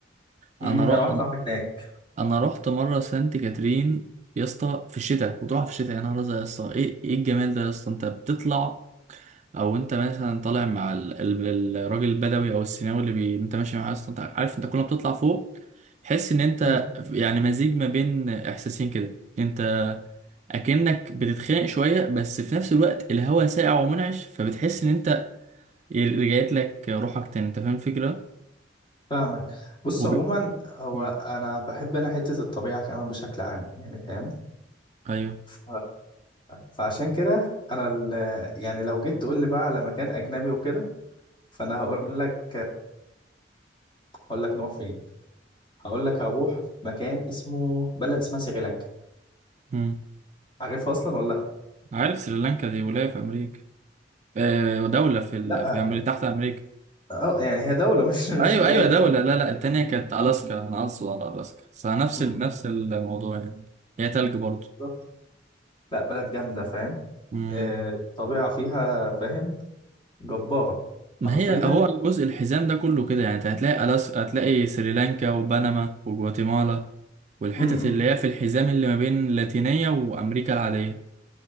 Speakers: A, on the right; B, on the left.
A: انا
B: امم
A: رو...
B: انا واحد صاحبي هناك
A: انا رحت مره سانت كاترين يا اسطى في الشتاء وتروح في الشتاء يا نهار ازرق يا اسطى ايه ايه الجمال ده يا اسطى انت بتطلع او انت مثلا طالع مع ال- ال- الراجل البدوي او السيناوي اللي بي... انت ماشي معاه اصلا انت عارف انت كل ما بتطلع فوق تحس ان انت
B: مم.
A: يعني مزيج ما بين احساسين كده انت اكنك بتتخانق شويه بس في نفس الوقت الهواء ساقع ومنعش فبتحس ان انت رجعت لك روحك تاني انت فاهم الفكره
B: فاهمك بص
A: وب...
B: عموما هو
A: مم.
B: انا بحب انا حته الطبيعه كمان بشكل عام يعني فاهم
A: ايوه
B: ف... فعشان كده انا ال... يعني لو جيت تقول لي بقى على مكان اجنبي وكده فانا هقول لك هقول لك نروح فين هقول لك هروح مكان اسمه بلد اسمها سريلانكا
A: مم.
B: عارفها اصلا ولا
A: عارف سريلانكا دي ولايه في امريكا آه دولة في ال...
B: لا
A: في أمريكا تحت أمريكا
B: اه يعني هي دولة مش مش
A: ايوه
B: ولاية
A: ايوه دولة
B: فاهم
A: لا لا التانية كانت الاسكا انا اقصد على الاسكا بس نفس
B: أمم،
A: ال... نفس الموضوع يعني هي تلج برضو
B: بالظبط لا بلد جامدة فاهم
A: مم.
B: آه، الطبيعة فيها فاهم جبارة
A: ما
B: حرفيا
A: هي هو الجزء الحزام ده كله كده يعني انت هتلاقي الاسكا هتلاقي سريلانكا وبنما وجواتيمالا والحتت
B: امم
A: اللي هي في الحزام اللي ما بين اللاتينية وامريكا العادية